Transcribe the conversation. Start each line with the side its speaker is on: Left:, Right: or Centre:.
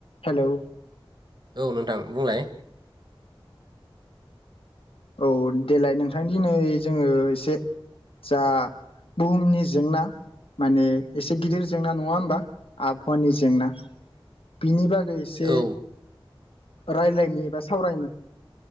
Left: Hello
Right: औ नोंथां बुंलाय
Left: औ देलाय नोंथांनि दिनै जोङो एसे जा बुहुमनि जेंना माने एसे गिदिर जेंना नङा होमबा आबहावानि जेंना बिनि बा गै इसे
Right: औ
Left: राय्लायनि एबा सावरायनि